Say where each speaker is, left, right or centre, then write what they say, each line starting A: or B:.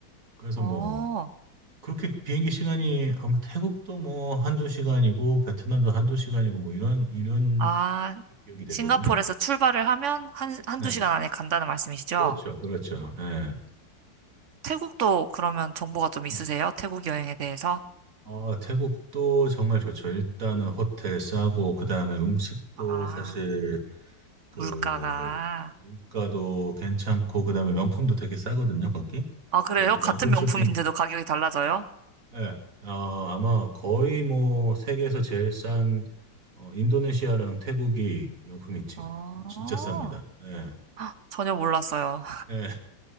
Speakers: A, on the right; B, on the right.
A: 그래서
B: 어,
A: 뭐 그렇게 비행기 시간이 아마 태국도 뭐 한두 시간이고 베트남도 한두 시간이고 뭐 이런 이런
B: 아,
A: 기억이 되거든요.
B: 싱가포르에서 출발을 하면 한, 한두
A: 네.
B: 시간 안에 간다는 말씀이시죠?
A: 그렇죠. 그렇죠. 네.
B: 태국도 그러면 정보가 좀
A: 네.
B: 있으세요? 태국 여행에 대해서?
A: 아, 태국도 정말 좋죠. 일단은 호텔 싸고 그다음에 음식도
B: 아,
A: 사실 그
B: 물가가.
A: 물가도 괜찮고 그다음에 명품도 되게 싸거든요. 거기.
B: 아, 그래요?
A: 또 이제
B: 같은
A: 명품
B: 명품인데도
A: 쇼핑
B: 가격이 달라져요?
A: 예. 아, 아마 거의 뭐 세계에서 제일 싼 어, 인도네시아랑 태국이 명품이 지-
B: 어,
A: 진짜 쌉니다. 예.
B: 전혀 몰랐어요.
A: 예.